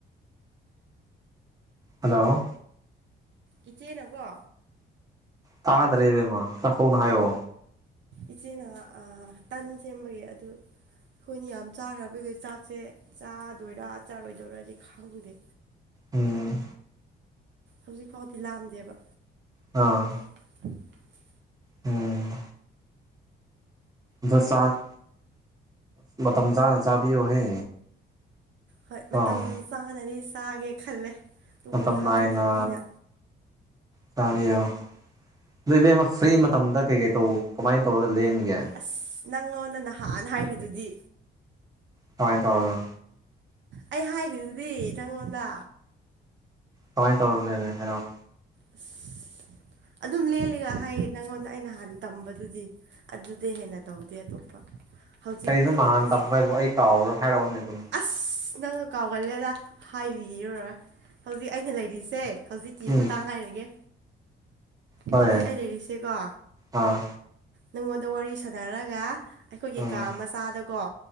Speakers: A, on the right (about 20°); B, on the right (about 65°).
A: ꯍꯜꯂꯣ
B: ꯎ ꯏꯆꯦ ꯅꯀꯣ
A: ꯇꯥꯗꯔꯕꯦꯝ ꯃꯥ ꯆꯈꯣꯅ ꯍꯥꯏꯣ
B: ꯏꯆꯦꯅ ꯇꯟ ꯁꯦꯝꯕꯒꯤ ꯑꯗꯨ ꯑꯩꯈꯣꯏꯅ ꯌꯥꯝ ꯆꯥꯈ꯭ꯔꯕꯒꯤ ꯆꯥꯛꯁꯦ ꯆꯥꯗꯣꯏꯔꯥ ꯆꯥꯔꯣꯏꯗꯣꯏꯔꯗꯤ ꯈꯪꯗꯦ
A: ꯎꯝ
B: ꯍꯧꯖꯤꯛ ꯐꯥꯎꯗꯤ ꯂꯥꯑꯝꯗꯦꯕ
A: ꯑ
B: <unintelligible>
A: ꯎꯝ ꯗ ꯆꯥꯛ ꯃꯇꯝ ꯆꯥꯅ ꯆꯥꯕꯤꯌꯣꯍꯦ
B: ꯍꯣꯏ ꯃꯇꯝ
A: ꯑꯥ
B: ꯆꯥꯅꯗꯤ ꯆꯥꯒꯦ ꯈꯜꯂꯦ ꯑꯗꯨꯕꯨ
A: ꯃꯇꯝ
B: ꯂꯥꯝꯗꯕꯅꯤꯅ
A: ꯅꯥꯏꯅ ꯆꯥꯕꯤꯌꯣ ꯑꯗꯣ ꯏꯕꯦꯝꯃ ꯐ꯭ꯔꯤ ꯃꯇꯝꯗ ꯀꯩ ꯀꯩ ꯇꯧꯕ ꯀꯃꯥꯏꯅ ꯇꯧꯔꯒ ꯂꯦꯟꯒꯦ
B: ꯑꯁ ꯅꯪꯉꯣꯟꯗ ꯅꯍꯥꯟ ꯍꯥꯏꯔꯤꯗꯨꯗꯤ
A: ꯀꯃꯥꯏ ꯇꯧꯔꯒ
B: ꯑꯩ ꯍꯥꯏꯈ꯭ꯔꯤꯗꯨꯗꯤ ꯅꯪꯉꯣꯟꯗ
A: ꯀꯃꯥꯏ ꯇꯧꯔꯒ ꯂꯦꯜꯂꯦ ꯍꯥꯏꯔꯛꯑꯣ
B: ꯑꯁ ꯑꯗꯨꯝ ꯂꯦꯜꯂꯦꯒ ꯍꯥꯏꯌꯦ ꯅꯪꯉꯣꯟꯗ ꯑꯩꯅ ꯍꯥꯟꯅ ꯇꯝꯕꯗꯨꯗꯤ ꯑꯗꯨꯗꯤ ꯍꯦꯟꯅ ꯇꯧꯗꯦ ꯑꯇꯣꯞꯄ ꯍꯧꯖꯤꯛ
A: ꯀꯩꯅꯣ ꯅꯍꯥꯟ
B: ꯍꯧꯖꯤꯛ
A: ꯇꯝꯕ ꯍꯥꯏꯕꯨ ꯑꯩ ꯀꯥꯎꯔꯣ ꯍꯥꯏꯔꯛꯎꯅꯦ ꯑꯗꯨꯝ
B: ꯑꯁ ꯅꯪꯒ ꯀꯥꯎꯒꯜꯂꯦꯗ ꯍꯥꯏꯕꯤꯔꯔꯣꯏ ꯍꯧꯖꯤꯛ ꯑꯩꯅ ꯂꯩꯔꯤꯁꯦ ꯍꯧꯖꯤꯛꯀꯤ
A: ꯎꯝ
B: ꯃꯇꯥꯡ ꯍꯥꯏꯔꯒꯦ
A: ꯍꯣꯏ
B: ꯍꯧꯖꯤꯛ ꯑꯩ ꯂꯩꯔꯤꯁꯦꯀꯣ
A: ꯑꯥ
B: ꯅꯪꯉꯣꯟꯗ ꯋꯥꯔꯤ ꯁꯥꯟꯅꯔꯒ ꯑꯩꯈꯣꯏꯒꯤ
A: ꯎꯝ
B: ꯀꯥ ꯃꯆꯥꯗꯀꯣ